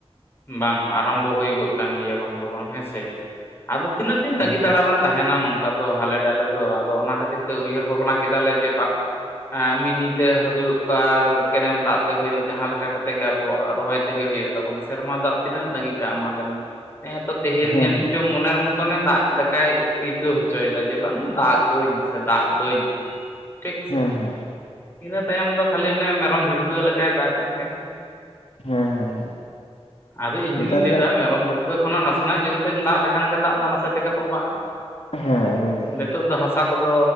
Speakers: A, on the left (about 20°); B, on the left (about 65°).
A: ᱵᱟᱝ ᱟᱨᱟᱢᱵᱚ ᱦᱩᱭ ᱜᱚᱫ ᱠᱟᱱ ᱜᱮᱭᱟ, ᱵᱟᱝ ᱫᱚ ᱵᱟᱝ ᱦᱮᱸᱥᱮ᱾ ᱟᱫᱚ ᱛᱤᱱᱟᱹᱜ ᱫᱤᱱ, ᱛᱟᱺᱜᱤ
B: ᱦᱮᱸ
A: ᱛᱟᱲᱟᱨᱮᱢ ᱛᱟᱦᱮᱱᱟ ᱱᱚᱝᱠᱟ᱾ ᱚᱱᱠᱟ ᱫᱚ ᱦᱟᱞᱮ ᱰᱟᱞᱮ ᱫᱚ, ᱟᱫᱚ ᱚᱱᱟ ᱠᱷᱟᱹᱛᱤᱨ ᱛᱮ ᱩᱭᱦᱟᱹᱨ ᱵᱷᱟᱵᱽᱱᱟ ᱠᱮᱫᱟᱞᱮ ᱡᱮ ᱵᱟ ᱟᱸ ᱢᱤᱱᱤᱛᱮ ᱦᱳᱭᱳᱜ ᱟᱨ ᱠᱮᱱᱮᱞ ᱫᱟᱜ ᱛᱮ ᱦᱳᱭᱳᱜ, ᱡᱟᱦᱟᱸ ᱞᱮᱠᱟ ᱠᱟᱛᱮ ᱜᱮ ᱟᱵᱚ ᱨᱚᱦᱚᱭ ᱛᱮᱜᱮ ᱦᱩᱭᱩᱜ ᱛᱟᱵᱚᱱᱟ᱾ ᱥᱮᱨᱢᱟ ᱫᱟᱜ ᱛᱤᱱᱟᱹᱢ ᱛᱟᱹᱜᱤ ᱠᱟᱜᱼᱟ, ᱢᱟ ᱞᱟᱹᱭ ᱢᱮ᱾ ᱦᱮᱸᱛᱚ ᱛᱮᱦᱮᱧ
B: ᱦᱮᱸ
A: ᱡᱟᱹᱱᱤᱡᱽ ᱪᱚ ᱢᱚᱱᱮᱨ ᱢᱚᱛᱚ ᱡᱚᱛᱚᱱᱮ ᱫᱟᱜ ᱞᱮᱠᱟᱭ ᱟᱹᱭᱠᱟᱹᱣ ᱦᱚᱪᱚᱭᱫᱟ ᱡᱮ ᱵᱟᱝ ᱫᱟᱜ ᱟᱹᱧ ᱥᱮ ᱫᱟᱜ ᱫᱟᱹᱧ᱾ ᱴᱷᱤᱠᱥᱮ,
B: ᱦᱮᱸ ᱦᱮᱸ
A: ᱤᱱᱟᱹ ᱛᱟᱭᱚᱢ ᱫᱚ ᱠᱷᱟᱞᱤ ᱚᱱᱮ ᱢᱮᱨᱚᱢ ᱵᱷᱤᱲᱠᱟᱹᱣ ᱞᱮᱠᱟᱭ ᱫᱟᱜ ᱮᱜ ᱛᱟᱦᱮᱸᱫ᱾
B: ᱦᱮᱸ ᱦᱮᱸ
A: ᱟᱫᱚ ᱤᱧ ᱡᱩᱫᱤᱧ
B: ᱱᱮᱛᱟᱨ
A: ᱞᱟᱹᱭᱫᱟ
B: ᱫᱚ
A: ᱢᱮᱨᱚᱢ ᱵᱷᱤᱲᱠᱟᱹᱣ ᱴᱟᱹᱣᱠᱟᱹ ᱠᱷᱚᱱᱟᱜ ᱱᱟᱥᱮᱱᱟᱜ ᱡᱳᱨᱛᱮᱢ ᱫᱟᱜ ᱞᱮᱠᱷᱟᱱ ᱜᱮ, ᱫᱟᱜ ᱫᱚ ᱱᱟᱥᱮ ᱛᱮᱜᱮ ᱛᱚᱸᱵᱟᱜᱼᱟ᱾
B: ᱦᱮᱸ ᱤᱱᱟᱹᱜᱮ
A: ᱱᱤᱛᱚᱜ ᱫᱚ ᱦᱟᱥᱟ ᱠᱟᱛᱷᱟ ᱠᱚᱫᱚ